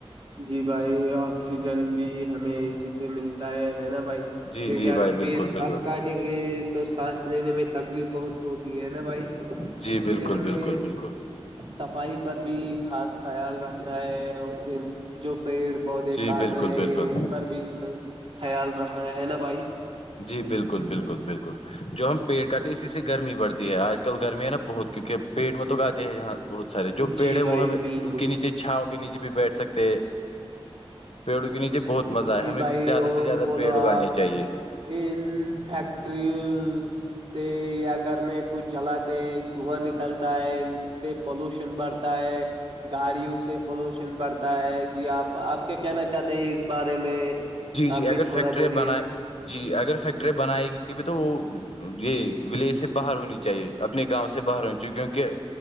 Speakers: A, on the right; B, on the left.
A: جی بھائی آکسیجن بھی ہمیں ای سے ملتا ہے ہے نا بھائی
B: جی
A: کیونکہ
B: جی
A: اگر
B: بھائی
A: پیٹ
B: بالکل
A: سب
B: بالکل
A: کا یں گے تو سانس لینے میں تکلیف بہت ہوگی ہے نا بھائی
B: جی
A: اس
B: بالکل
A: لیے ہمیں
B: بالکل بالکل
A: صفائی پر بھی خاص خیال رکھنا ہے جو پیڑ پودے
B: جی
A: کاٹ
B: بالکل
A: رہے
B: بالکل
A: ان پر بھی س خیال رکھے ہے نا بھائی
B: جی بالکل بالکل بالکل جو ہم پیڑ کاتے ہیں اسی سے گرمی پڑتی ہے آج کل گرمی ہے نا بہت کیونکہ پیڑ میں تو گاتے ہیںاں بہت سارے جو
A: جی
B: پیڑ ہے
A: بھائی
B: وہ ہم
A: بالکل
B: اس کے نیچے چھاؤوں کے نیچے بھی بیٹھ سکتے ہیں پیڑوں کے نیچے بہت مزہ آئے
A: جی
B: ہمیں
A: بھائی
B: زیادہ
A: اور
B: سے زیادہ
A: بولو
B: پیڑ
A: آپ
B: اگانے چاہیے
A: ان فیکٹریوں سے یا گھر میں کچھ چلاتے ہیں دھواں نکلتا ہے ان سے پولوشن بڑھتا ہے گاڑیوں سے پولوشن بڑھتا ہے جی آپ آپ کیا کہنا چاہتے ہیں اس بارے میں
B: جی جی
A: آپ بھی
B: اگر
A: تھوڑا
B: فیکٹرییا
A: بولیے
B: بنائے جی اگر فیکٹریاں بنائی گئی بھی تو وہ یہ ولیج سے باہر ہونی چاہیے اپنے گاؤں سے باہر ہو کیونک